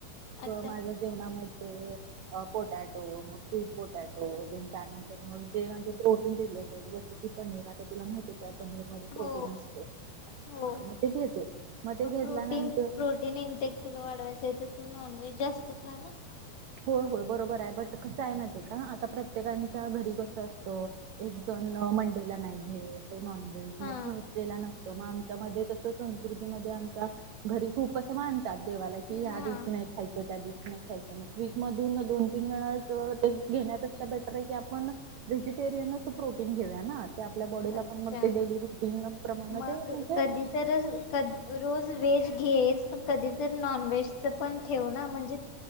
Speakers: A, on the left (about 60°); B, on the right (about 75°).
A: अच्छा
B: माझ्या जेवणाम ते अ पोटॅटो मग स्वीट पोटॅटो, देन त्यानंतर मग जे म्हणजे प्रोटीन रिलेटेड जस कि, पनीर आता तुला माहित त्या पनीर मध्ये प्रोटीन
A: हो
B: असते,
A: हो
B: हा मग ते घेते, मग ते घेतल्यानंतर
A: प्रोटीन प्रोटीन इनटेक तुला वाढवायचं आहे तर तू नॉनव्हेज जास्त खा ना.
B: होय - होय बरोबर आहे, बट कसं आहे माहितीये का, आता प्रत्येकांच्या घरी कसं असतं, एक जण मंडेला नाही घेत, नॉनव्हेज
A: हा
B: मग थर्सडे ला नसतं मग आम आमच्या मध्ये कसं संस्कृतीमध्ये आमच्या, घरी खूप असं माणसं मानतात देवाला ही
A: हा
B: ह्या दिवशी नाही खायचं त्या दिवशी नाही खायचं. खायच नाही. वीक मधून दोन तीन वेळा जर ते घेण्यापेक्षा बेटर आहे की आपण, व्हेजिटेरियनच प्रोटीन घेऊया ना. ते आपल्या बॉडीला
A: अच्छा
B: पण मग ते डेली रुटीन प्रमाणे
A: मग
B: ते म्हणजे
A: कधी तर क रोज वेज घेच पण कधी तर नॉनव्हेज च पण ठेव ना म्हणजे,